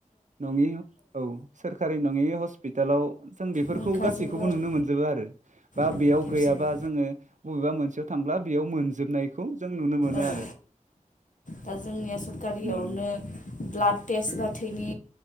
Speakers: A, on the right; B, on the left.
A: नङि औ सोरखारि नङि हस्पिटालाव जों बेफोरखौ
B: मोनखाजोबो
A: गासैखौ खौबो
B: आरो
A: नुनो मोनजोबो आरो बा
B: औ
A: बेयाव
B: खेबसेनो
A: गैयाबा जोङो बबेबा मोनसेयाव थांब्ला बेयाव मोनजोबनायखौ नो मोनो
B: औ
A: आरो
B: दा जोंनिया सरखारियावनो
A: उम
B: ब्लाड टेस्ट बा थैनि